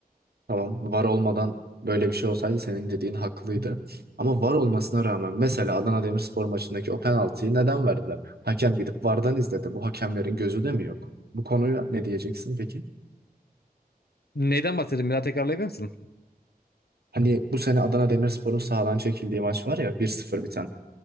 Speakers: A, on the right; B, on the left.
A: Tamam, var olmadan böyle bir şey olsaydı senin dediğin haklıydı. Ama var olmasına rağmen mesela Adana Demirspor maçındaki o penaltıyı neden verdiler? Hakem gidip VAR'dan izledi. Bu hakemlerin gözü de mi yok? Bu konuya ne diyeceksin peki?
B: Neyden bahsedeyim? Bir daha tekrarlayabilir misin?
A: Hani bu sene Adana Demirspor'un sahadan çekildiği maç var ya bir sıfır biten.